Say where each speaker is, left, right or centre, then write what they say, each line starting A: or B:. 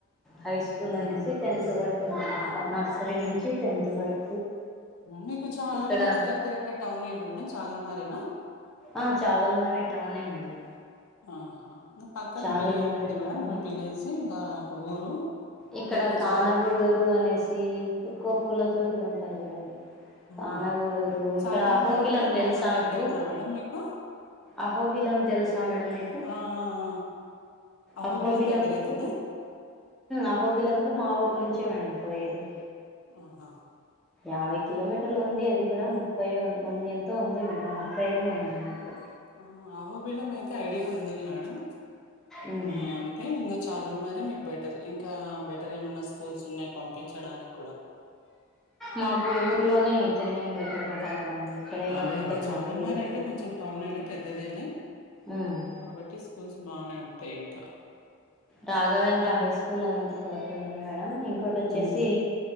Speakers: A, in the centre; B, on the left.
A: హై స్కూల్
B: హ్మ్
A: అనేసి టెన్త్ వరకు ఉందనమాట నర్సరీ నుంచి టెన్త్ వరకు
B: మీకు చాదల్మారి
A: ఇక్కడ
B: దగ్గరంగా టౌన్ ఏంటి మేడం చాదల్మారేనా
A: ఆ చాగల్మారి టౌనే మేడం
B: ఆహా పక్కన
A: చాగల్మరే
B: అవి ఏముంది మేడం
A: టౌను
B: విలేజ్ ఇంకా ఊరు
A: ఇక్కడ
B: మీకు
A: కానగూడరు
B: చాగల్
A: అనేసి ఎక్కువ పూల చోట్లు ఉంటాయి చూడండి కానగోడూరు
B: ఆహా చాగల్
A: ఇక్కడ అహోబిలం
B: మారి అంటే కడప
A: తెలుసా
B: దగ్గరనా
A: మీకు
B: మేడం మీకు
A: అహోబిలం తెలుసా మేడం మీకు
B: ఆ ఆ ఆ! అహోబిలం
A: అహో వలంకు
B: దగ్గర అయితుందా
A: అహోబిలంకు మా ఊరు నుంచే మేడం పోయేది
B: ఆహా
A: యాభై కిలోమీటర్లు ఉంది అది కూడా ముప్పై ఉంది ఎంతో ఉంది మేడం ముప్పై ఉంది అ నాకు
B: ఆ ఆహోబిలం అయితే ఐడియా ఉంది మేడం
A: ఉమ్
B: ఆ అంటే కాదులు మరి మీకు బెటర్ ఇంకా బెటర్ ఏమైన్నా స్కూల్స్ ఉన్నాయి పంపించడానికి కూడా
A: మాకు ఊర్లోనే అయితేనే బెటర్ కదా మేడం ఎక్కడైనా
B: అదే
A: అంటే
B: అదే చాగల్మారి
A: మళ్ళీ వీళ్ళకు
B: అంటే కొంచెం టౌన్లే పెద్దదేలే
A: ఉమ్
B: కాబట్టి స్కూల్స్ బానే ఉంటాయి ఇంకా
A: రాఘవేంద్ర హై స్కూల్ అనంతకోటి ఉంది మేడం ఇంకోటి వచ్చేసి
B: ఉమ్